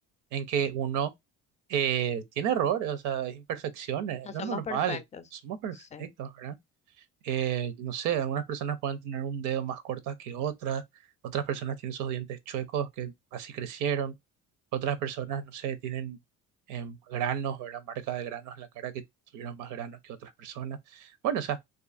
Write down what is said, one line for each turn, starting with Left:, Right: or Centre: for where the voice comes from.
Right: en que uno eh, tiene errores, o sea, es imperfecciones,
Left: No
Right: es lo
Left: somos
Right: normal,
Left: perfectos.
Right: somos perfectos,
Left: Sí,
Right: ¿verdad? Eh, no sé, algunas personas pueden tener un dedo más corto que otras, otras personas tienen sus dientes chuecos que así crecieron, otras personas, no sé, tienen em, granos, ¿verdad? Marca de granos en la cara que tuvieron más granos que otras personas. Bueno, o sea,